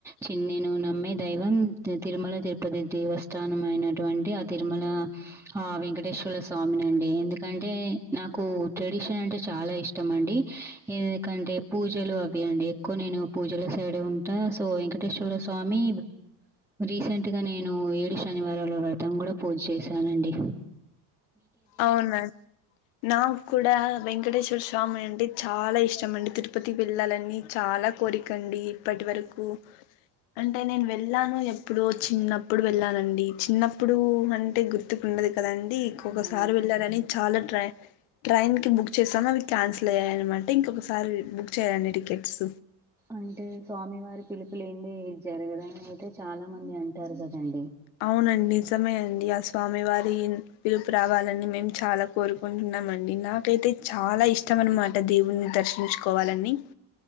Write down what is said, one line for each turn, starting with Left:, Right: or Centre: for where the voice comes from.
Centre: చిన్నేను నమ్మే దైవం తిరుమల తిరుపతి దేవస్థానం అైనటువంటి ఆ తిరుమల ఆ వెంకటేశ్వర స్వామి నండి ఎందుకంటే నాకు ట్రెడిషన్ అంటే చాలా ఇష్టం అం ఎందుకంటే పూజలు అవి అండి ఎక్కువ నేను పూజల సైడ్ ఉంటా సో ఇ వెంటేశ్వర స్వామి రీసెంట్ గా నేను ఏడు శనివారాల వ్రతం కూడా పూజ చేశ నండి
Left: అవునా నాకు కూడ వెంకటేశ్వర స్వామి అంటే చాల ఇష్టం అండి తిరుపతి కి వెళ్ళాలని చాలా కోరికండి ఇప్పటి వరకు అంటే నేను వెళ్ళాను ఎప్పుడో చిన్నప్పుడు వెళ్ళానండి చిన్నప్పుడు అంటే గుర్తుకు ఉండదు కదండి ఇంకొకసారి
Centre: అవును.
Left: వెళ్ళాలని చాల ట్రై ట్రైన్ కి బుక్ చేస్తాము అవి క్యాన్సిల్ అయ్యాయినమాట ఇంకొకసారి బుక్ చేయ్యండి టికెట్స్
Centre: అంటే స్వామివారి పిలుపులెంది జరగదని అయితే చాల మంది అంటారు కదండి
Left: అవునండి నిజమే అండి ఆ స్వామి వారి పిలుపు రావాలని మేము చాల కోరుకుంటున్నామండి నాకైతే చాల ఇష్టం అనమాట దేవుని దర్శించుకోవాలని